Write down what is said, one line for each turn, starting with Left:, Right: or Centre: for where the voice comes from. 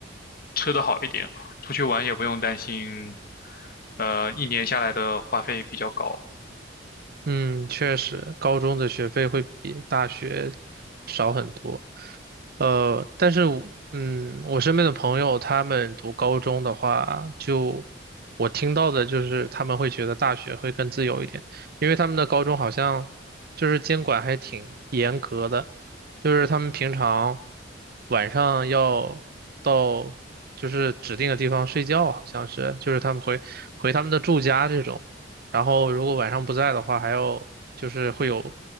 Left: 吃得好一点，出去玩也不用担心，呃，一年下来的花费比较高。
Right: 嗯，确实，高中的学费会比大学少很多。呃，但是我嗯，我身边的朋友他们读高中的话，就我听到的就是他们会觉得大学会更自由一点，因为他们的高中好像就是监管还挺严格的，就是他们平常晚上要到就是指定的地方睡觉，好像是，就是他们回回他们的住家这种。然后如果晚上不在的话，还要就是会有